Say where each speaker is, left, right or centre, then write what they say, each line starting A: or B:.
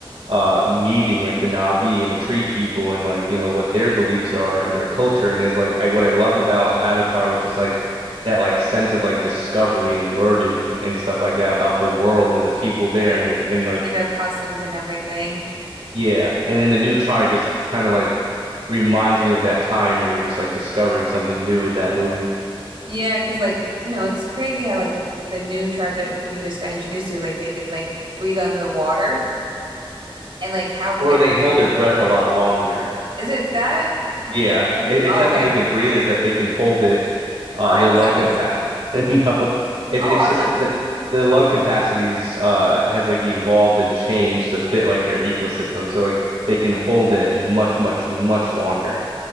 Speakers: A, on the right; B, on the right.
A: uh meeting like the Na'vi and the tree people and like you know what their beliefs are and their culture and is like I what I love about Avatar was just like that like sense of like discovery and learning and stuff like that about the world and the people there and like and like
B: And their customs and everything.
A: yeah, and then the new tribe just kind of like reminds me of that time where you're just like discovering something new with that movie.
B: Yeah, because like, you know, it's crazy how like the new tribe that we just got introduced to, like they can like breathe on the water and like how differently
A: Or they hold their breath a lot longer.
B: is it that?
A: Yeah, it,
B: Oh,
A: it's not
B: okay.
A: that they can breathe; it's that they can hold it. Uh,
B: I
A: their
B: was
A: lung
B: under
A: capacity.
B: this.
A: <laughs> No, it,
B: Oh,
A: it's
B: I
A: just
B: was under...
A: that the, their lung capacities uh has like evolved and changed to fit like their ecosystem, so like they can hold it much, much, much longer.